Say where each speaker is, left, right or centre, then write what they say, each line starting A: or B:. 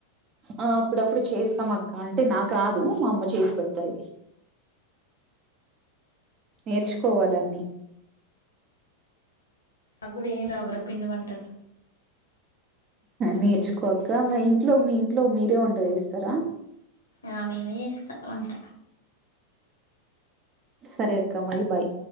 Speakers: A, on the right; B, on the left.
A: ఆ అప్పుడప్పుడు చేస్తాం అక్క అంటే నాకు రాదు మా అమ్మ చేసి పెడతది. నేర్చుకోవాలన్నీ.
B: ఆగ్గూడా ఏం రావ్రా పిండి వంటలు
A: నేర్చుకో అక్క మీ ఇంట్లో మీ ఇంట్లో మీరే వంట చేస్తరా?
B: ఆ మేమే చేస్తా వంట.
A: సరే అక్క మరి బాయ్.